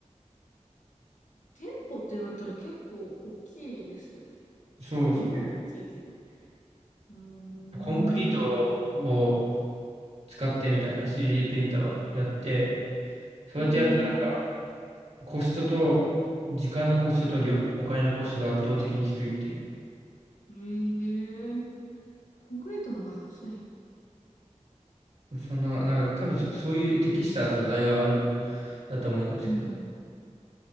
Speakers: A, on the left (about 85°); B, on the right (about 60°).
A: 店舗ってなったら結構大きいですよね。
B: そうですね。
A: まあ家も大きいけど。うーん。
B: コンクリートを
A: う
B: 使ってみたいな 3D プリンターをやって、そうやってやるとなんか
A: ーん。
B: コストと、時間のコストとりょお金のコストが圧倒的に低いっていう。
A: ええコンクリートのが安い。
B: そんな、なんか多分そういう適した素材があるんだと思うんですけど、
A: うん。